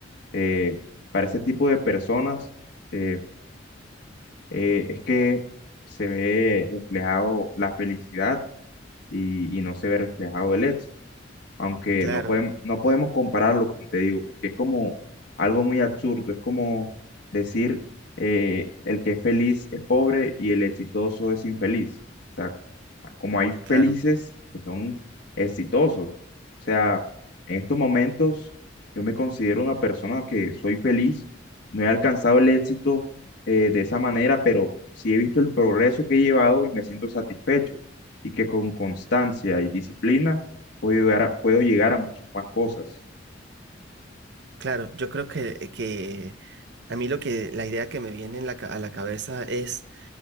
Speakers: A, on the left; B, on the right.
A: eh, para ese tipo de personas eh, eh, es que se ve reflejado la felicidad y y no se ve reflejado el éxito aunque
B: Claro,
A: no podemos, no podemos compararlo, como te digo, porque es como algo muy absurdo, es como decir eh, el que es feliz es pobre y el exitoso es infeliz. O sea, como hay
B: claro,
A: felices que son exitosos. O sea, en estos momentos yo me considero una persona que soy feliz, no he alcanzado el éxito eh, de esa manera, pero sí he visto el progreso que he llevado y me siento satisfecho y que con constancia y disciplina puedo llegar a, puedo llegar a muchas más cosas.
B: claro. Yo creo que, que a mí lo que la idea que me viene en la ca- a la cabeza es